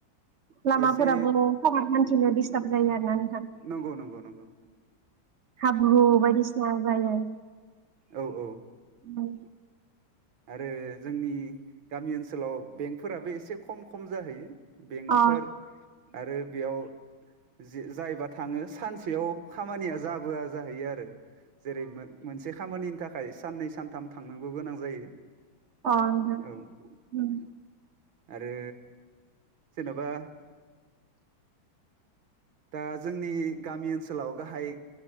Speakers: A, on the right (about 55°); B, on the right (about 80°).
A: लामाफोराबो
B: एसे
A: <unintelligible> हान्थिनो दिडिस्टार्ब जायो आरोना नोंथां
B: नंगौ नंगौ नंगौ
A: हाब्रु बायदिसिना जायो
B: औ औ
A: उम
B: आरो जोंनि गामि ओनसोलाव बेंकफोराबो एसे खम खम जाहैयो। बेंकफोर
A: अ
B: आरो बेयाव जे जायबा थाङो सानसेयाव खामानिया जाबोआ जाहैयो आरो जेरै मो मोनसे खामानिनि थाखाय साननै सानथाम थांनांगौ गोनां जायो।
A: अ नोंथां
B: औ
A: उम
B: आरो जेनबा दा जोंनि गामि ओनसोलाव गाहाय